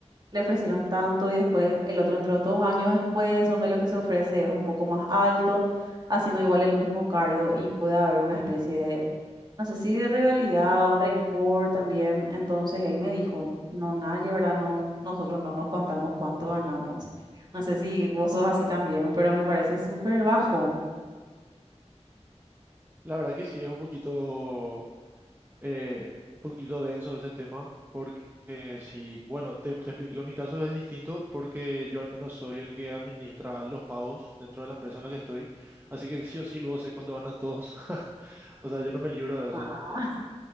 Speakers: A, on the right (about 40°); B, on the right (about 20°).
A: le ofrecieron tanto y después el otro entró dos años después, donde lo que se ofrece es un poco más alto, haciendo igual el mismo cargo y puede haber una especie de no sé si de rivalidad o rencor también. Entonces él me dijo, no, nadie, ¿verdad? No, nosotros no nos contamos cuánto ganamos. No sé si vos sos así también, pero me parece súper bajo.
B: La verdad que sí, es un poquito, eh, un poquito denso ese tema, porque eh, sí, bueno, te, te explico, en mi caso es distinto porque yo al menos soy el que administra los pagos dentro de la empresa en la que estoy, así que sí o sí luego sé cuánto ganan todos, <laughs> o sea, yo no me libro de
A: Ah,
B: eso,
A: <laughs>